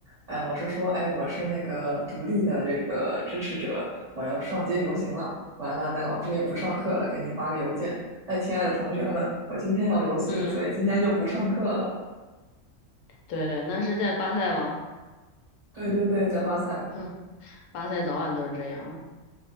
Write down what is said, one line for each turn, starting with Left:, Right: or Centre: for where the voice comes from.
Right: 哎，老师说，哎，我是那个独立的这个支持者，我要上街游行了。完了，那老师也不上课了，给你发个邮件，哎，亲爱的同学们，我今天要游行，
Left: 嗯，
Right: 所以今天就不上课了。
Left: 对对，那是在巴塞吧？
Right: 对对对，在巴塞。
Left: <laughs> 哼，巴塞早晚都是这样。